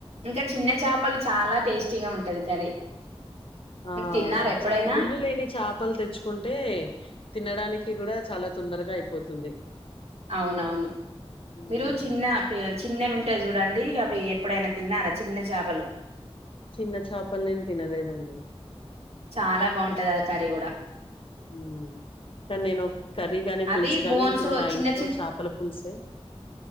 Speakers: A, on the right; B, on the left.
A: ఇంకా చిన్న చాపలు చాలా టేస్టీగా ఉంటది కర్రీ
B: ఆ
A: మీరు తిన్నారా ఎప్పుడైనా
B: చ ముళ్ళు లేని చాపలు తెచ్చుకుంటే తినడానికి కూడా చాలా తొందరగా అయిపోతుంది
A: అవునవును
B: హ్మ్.
A: మీరు చిన్న ఈ చిన్నవి ఉంటాయి చూడండి అవ్ వి ఎప్పుడైనా తిన్నారా చిన్న చాపలు
B: చిన్న చాపలు నేను తినలేదండి
A: చాలా బాగుంటది ఆ కర్రీ కూడా
B: మ్మ్ కానీ నేను కర్రీ గాని పులుసు
A: అది
B: గాని
A: బోన్స్
B: ఇప్పుడు మా
A: చిన్న
B: ఇంట్లో చాపల పులుసే